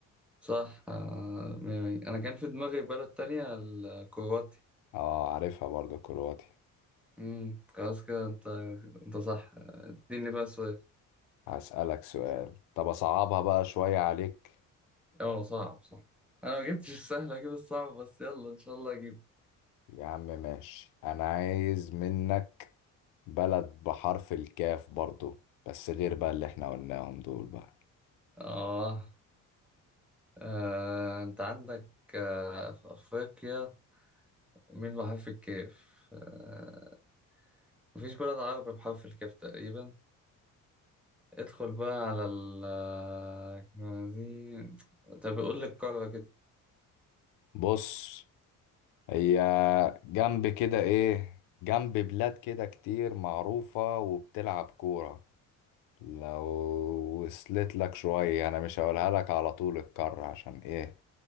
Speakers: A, in the centre; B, on the left (about 80°).
A: صح آه، مية مية. انا كان في دماغي بلد تانية الكرواتي
B: اه عارفها برضو كرواتي
A: امم خلاص كده انت انت صح آه، اديني بقى سؤال
B: هسألك سؤال طب أصعبها بقى شوية عليك
A: اه صعب صح انا ما جبتش السهل اجيب الصعب بس يلا ان شاء الله اجيب
B: يا عم ماشي أنا عايز منك بلد بحرف الكاف برضو بس غير بقى اللي احنا قلناهم دول بقى
A: اه, آه. انت عندك آه. في افريقيا مين بحرف الكاف آه. مفيش بلد عربي بحرف الكاف تقريبا ادخل بقى على ال آه، دي طب قول لي القارة كده
B: بص هي جنب كده ايه جنب بلاد كده كتير معروفة وبتلعب كورة لو وصلت لك شوية أنا مش هقولها لك على طول الكر عشان ايه